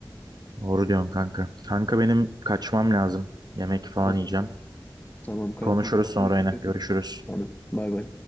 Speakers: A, on the right (about 60°); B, on the left (about 20°).
A: Doğru diyorsun kanka. Kanka benim kaçmam lazım. Yemek falan
B: Tamamdır.
A: yiyeceğim.
B: Tamam kanka
A: Konuşuruz
B: görüşürüz.
A: sonra
B: Dikkat
A: yine. Görüşürüz.
B: et. Tamam. Bay bay.